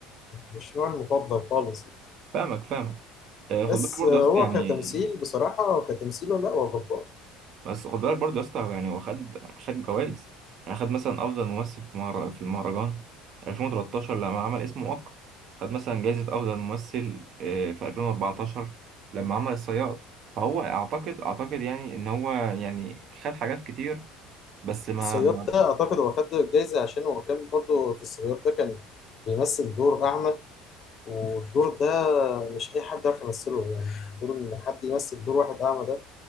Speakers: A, on the left; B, on the right.
A: مش نوعي المفضل خالص
B: فاهمك فاهمك آه، خد
A: بس
B: بالك برضه
A: هو
B: أصل يعني
A: كتمثيل بصراحة كتمثيله لا هو جبار
B: بس خد بالك برضه يا اسطى هو يعني هو خد خد جوائز يعني خد مثلا افضل ممثل في مهر... في المهرجان 2013 لما عمل اسمه وقع خد مثلا جائزة افضل ممثل آه، في 2014 لما عمل الصياد فهو اعتقد اعتقد يعني ان هو يعني خد حاجات كتير بس ما
A: الصياد
B: ما-
A: ده أعتقد هو خد الجايزة عشان هو كان برضه في الصياد ده كان بيمثل دور أعمى والدور ده مش أي حد يعرف يمثله يعني دور إن حد يمثل دور واحد أعمى ده